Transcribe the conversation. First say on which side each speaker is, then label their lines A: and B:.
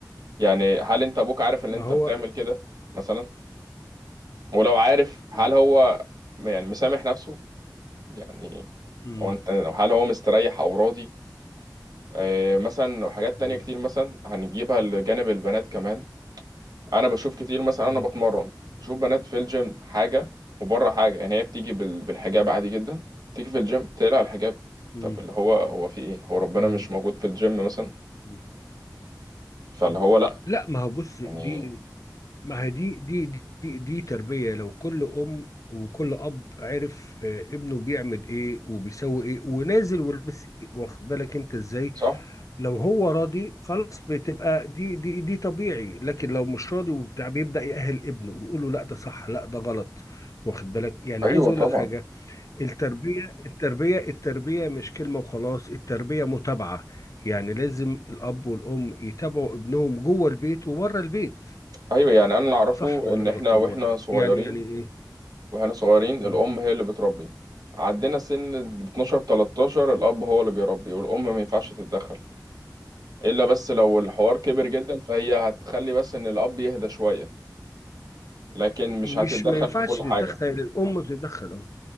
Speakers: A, on the right; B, on the left.
A: يعني هل انت ابوك عارف ان
B: ما
A: انت
B: هو
A: بتعمل كده مثلا ولو عارف هل
B: مم.
A: هو م- يعني مسامح نفسه يعني
B: مم.
A: هو انت هل هو مستريح او راضي آه مثلا وحاجات
B: مم.
A: تانية كتير مثلا هنجيبها لجانب البنات كمان انا بشوف كتير مثلا
B: مم.
A: انا بتمرن بشوف بنات في الجيم حاجه وبره حاجه يعني هي بتيجي بال- بالحجاب
B: مم.
A: عادي جدا تيجي في الجيم تقلع الحجاب
B: مم.
A: طب اللي هو هو في ايه هو ربنا
B: مم.
A: مش موجود في الجيم مثلا
B: مم.
A: فاللي
B: مم.
A: هو لا
B: لا ما هو بص دي
A: يعني
B: ما هي دي دي دي دي تربية لو كل أم وكل أب عرف آه، ابنه بيعمل إيه وبيسوي إيه ونازل ولابس إيه واخد بالك أنت إزاي
A: صح
B: لو هو راضي خلاص بتبقى دي دي دي طبيعي لكن لو مش راضي وبتاع بيبدأ يأهل ابنه ويقول له لا ده صح لا ده غلط واخد بالك يعني
A: ايوه
B: عايز اقول
A: طبعا
B: لك حاجة التربية التربية التربية مش كلمة وخلاص التربية متابعة يعني لازم الأب والأم يتابعوا ابنهم جوه البيت وبره البيت
A: ايوه يعني انا اللي اعرفه
B: صح ولا
A: ان
B: انا
A: احنا
B: غلطان
A: واحنا
B: ولا
A: صغيرين
B: يعني يعني ايه
A: واحنا صغيرين
B: مم.
A: الام هي اللي بتربي عدينا سن ال 12 13 الاب هو اللي بيربي والام ما ينفعش تتدخل الا بس لو الحوار كبر جدا فهي هتخلي بس ان الاب يهدى شويه لكن
B: مش
A: مش هتتدخل
B: ما ينفعش
A: في كل
B: تتدخل
A: حاجة
B: يعني الأم بتتدخل اه